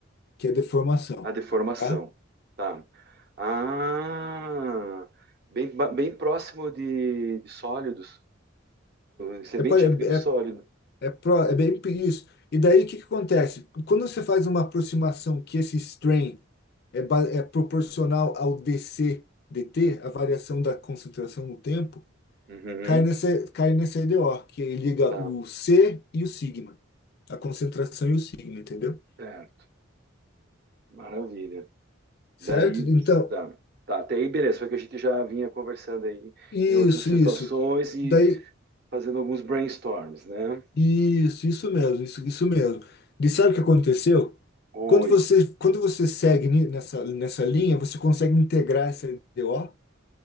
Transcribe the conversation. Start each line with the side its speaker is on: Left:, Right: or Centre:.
Left: que é deformação,
Right: A deformação.
Left: tá?
Right: Tá. Ah, bem, ba- bem próximo de, de sólidos. Isso
Left: É,
Right: é bem
Left: pare-
Right: típico de
Left: é,
Right: sólido.
Left: é, é pró- é bem isso. E daí o que que acontece? Quando você faz uma aproximação que esse strain é, ba- é proporcional ao DC, DT, a variação da concentração no tempo,
Right: Uhum,
Left: cai nesse, cai nesse o que liga
Right: tá,
Left: o C e o sigma, a concentração e o sigma, entendeu?
Right: certo. Maravilha.
Left: Certo?
Right: Daí,
Left: Então,
Right: tá. Tá, até aí, beleza. Foi o que a gente já vinha conversando aí
Left: isso,
Right: em outras situações
Left: isso.
Right: e
Left: Daí,
Right: fazendo alguns brainstorms, né?
Left: isso, isso mesmo, isso, isso mesmo. E sabe o que aconteceu?
Right: Oi,
Left: Quando você, quando você segue ni- nessa, nessa linha, você consegue integrar essa I D o